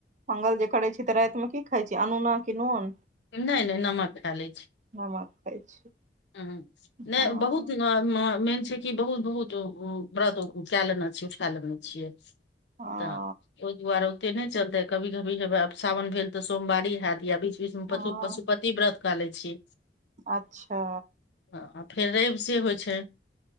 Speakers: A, on the right; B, on the left.
A: मङ्गल जे करै छी तऽ रातिमे की खाइ छियै अनोना कि नोन
B: नय नय नमक खे लै छी
A: नमक खाइ छी
B: हँ हँ नय
A: हँ
B: बहुत नार्मा मेन छै की की बहुत बहुत व्रत कैलेन छियै खे लेने छियै
A: हँ
B: तऽ ओहि दुआरे ओते नय चलतेै कभी कभी सावन भेल तऽ सोमवारी हैत या बिच स
A: हँ
B: पश पशुपति व्रत कै ले छी
A: अच्छा
B: हँ आ फेर रवि से होइ छै